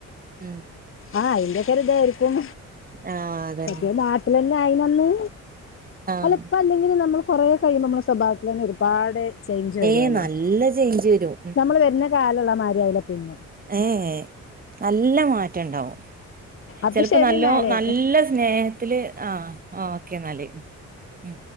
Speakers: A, on the right (about 30°); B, on the left (about 45°).
A: ഉം
B: ആഹ് അയിന്റൊക്കെ ഒരു ഇതായിരിക്കും
A: ആഹ് അതന്നെ
B: മറ്റേ നാട്ടിലന്നെ ആയീനന്ന്
A: ആഹ്
B: അല്ല ഇപ്പ അല്ലെങ്കിലും നമ്മൾ കൊറേ കഴിയുമ്പോ നമ്മുടെ സ്വഭാവത്തിൽ തന്നെ ഒരുപാട് ചേഞ്ച് വരുവല്ലോ
A: ഏയ് നല്ല ചേഞ്ച് വരും
B: നമ്മള് വരുന്ന കാലള്ള മാതിരിയാവില്ല പിന്നെ
A: ഏ ഹേ നല്ല മാറ്റം ഉണ്ടാവും
B: അപ്പൊ
A: ചെലപ്പോ
B: ശരി
A: നല്ലോ
B: എന്നാല്
A: നല്ല സ്നേഹത്തില് ആ ഓക്കെ എന്നാല് ഉം